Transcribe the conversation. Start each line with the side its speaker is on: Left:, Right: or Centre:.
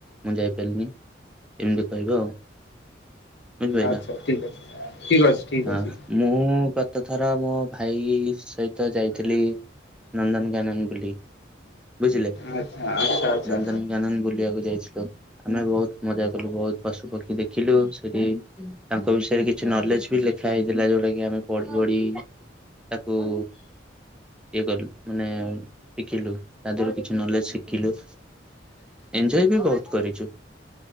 Centre: ମୁଁ ଯାଇପାରିନି ଏମିତି କହିବ ଆଉ। ବୁଝିପାରିଲ।
Left: ଆଚ୍ଛା ଠିକ୍ ଅଛି ଠିକ୍ ଅଛି। ଠିକ୍
Centre: ହଁ
Left: ଅଛି
Centre: ମୁଁ ଗତ ଥର ମୋ ଭାଇ ସହିତ ଯାଇଥିଲି। ନନ୍ଦନକାନନ ବୁଲି। ବୁଝିଲେ
Left: ଆଚ୍ଛା ଆଚ୍ଛା ଆଚ୍ଛା
Centre: ନନ୍ଦନକାନନ
Left: ଆଚ୍ଛା
Centre: ବୁଲିଆକୁ ଯାଇଥିଲୁ। ଆମେ ବହୁତ୍ ମଜା କଲୁ ବହୁତ୍ ପଶୁ ପକ୍ଷୀ ଦେଖିଲୁ ସେଠି ତାଙ୍କ ବିଷୟରେ କିଛି ନଲେଜ୍ ବି ଲେଖା ହେଇଥିଲା ଯୋଉଟା କି ଆମେ ପଢି ପଢି ତାକୁ ଇଏ କଲୁ ମାନେ ଶିଖିଲୁ। ତା ଦେହରୁ କିଛି ନଲେଜ୍ ଶିଖିଲୁ ଏଞ୍ଜୟେ ବି ବହୁତ୍ କରିଚୁ।